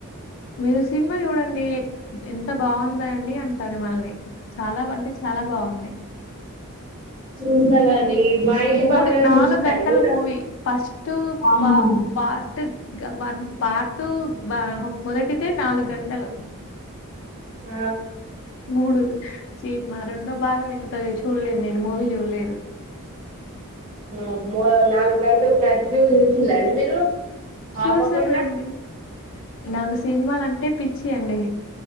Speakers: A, on the left (about 60°); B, on the right (about 35°).
A: మీరు సినిమా చూడండి ఎంత బాగుందండి అంటారు మళ్ల్ని చాల <unintelligible> చాల బాగుంది
B: చూస్తానండి మా ఇంటి
A: మూడు
B: బంగారం
A: నాలుగు
B: చూస్తారండి
A: గంటలు
B: మీరు
A: మూవి ఫస్ట్ <unintelligible>
B: అమ్మో
A: <unintelligible> వన్ పార్టు మొదటిదే నాలుగు గంటలు
B: ఆ
A: మూడు సీట్మా రెండో భాగం ఇంతగా చూడలేదు నేను మూవీ చూడలేదు
B: అబ్బా నాలుగు గంటలు కంటిన్యూ చూసిలాండి మీరు
A: చూసానండి
B: ఆపకుండా
A: నాకు సినిమాలు అంటే పిచ్చి అండి